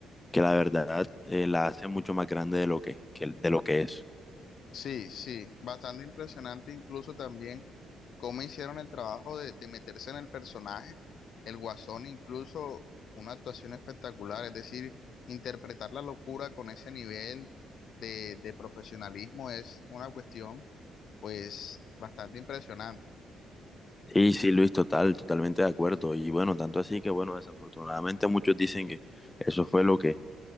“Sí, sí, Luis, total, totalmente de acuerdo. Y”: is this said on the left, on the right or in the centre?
Left